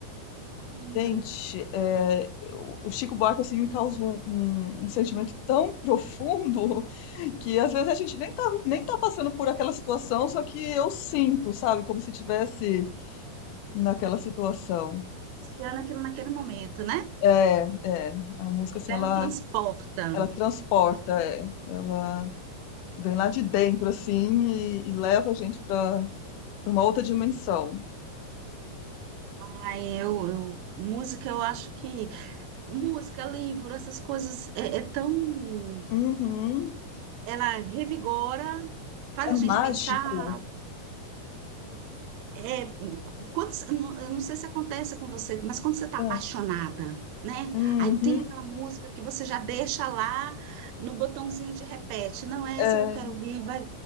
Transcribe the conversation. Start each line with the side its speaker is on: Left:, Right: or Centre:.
Right: Hum,
Left: Gente, eh, o o Chico Buarque assim me causa um, um um sentimento tão profundo <laughs> que às vezes a gente nem tá, nem tá passando por aquela situação, só que eu sinto, sabe, como se tivesse naquela situação.
Right: Luciana, aquilo naquele momento, né?
Left: É, é, a música assim
Right: Ela
Left: ela
Right: transporta.
Left: ela transporta, é, ela vem lá de dentro assim e, e leva a gente para uma outra dimensão.
Right: Ah, eu, eu- música, eu acho que música, livro, essas coisas é, é tão.
Left: Uhum,
Right: Ela revigora, faz
Left: é
Right: a
Left: mágico.
Right: gente pensar. É, é- quando, eu não eu não sei se acontece com você, mas quando você está
Left: É,
Right: apaixonada, né?
Left: uhum,
Right: Aí tem aquela música que você já deixa lá no botãozinho de repete. Não é
Left: é,
Right: essa que eu quero ouvir, vai,